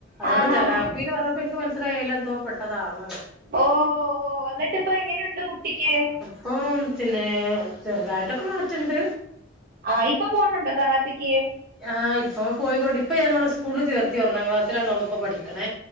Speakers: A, in the centre; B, on the right.
A: അതോണ്ട്
B: ആഹ്
A: തെറാപ്പീന്ന്
B: ആഹ്
A: പർഞ്ഞപ്പം ഇൻക്ക് മൻസ്സ്ലായി അയ്ലെന്തോ പെട്ടതാണ്ന്ന്
B: ഓഹ് ഓഹ് ഓഹ് എന്നിട്ട് ഇപ്പ എങ്ങെനെയുണ്ട് കുട്ടിക്ക്യ്?
A: പ്പോം പിന്നേ ചെറ്തായ്ട്ടൊക്കെ മാറ്റണ്ട്
B: ആഹ് ഇപ്പം പോണുണ്ടാെ തെറാപ്പിക്ക്യ്?
A: ആഹ് ഇപ്പ പോയിക്കൊണ്ട് ഇപ്പ ഞാനോളെ സ്കൂള്ൽ ചേർത്തി ഒന്നാം ക്ലാസ്‌ലാണ് ഓള്പ്പൊ പഠി കാണെ